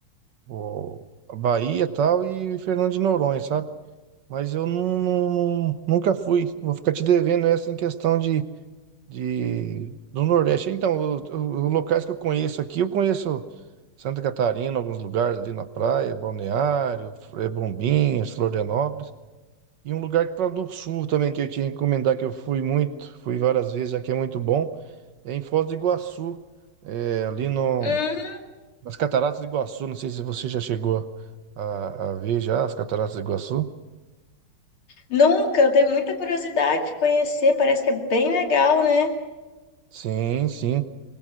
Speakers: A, on the right (about 65°); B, on the left (about 80°).
A: o a Bahia e tal, e Fernando de Noronha, sabe? Mas eu não, não- não- nunca fui. Vou ficar te devendo essa em questão de, de do Nordeste. Então, os locais que eu conheço aqui, eu conheço Santa Catarina, alguns lugares ali na praia, Balneário, eh, Bombinhas, Florianópolis. E um lugar para do Sul também que eu tinha que recomendar que eu fui muito, fui várias vezes, aqui é muito bom, é em Foz do Iguaçu, eh, ali no,
B: Hum,
A: nas Cataratas do Iguaçu. Não sei se você já chegou a, a ver já as Cataratas do Iguaçu.
B: nunca, eu tenho muita curiosidade de conhecer, parece que é bem legal, né?
A: Sim, sim.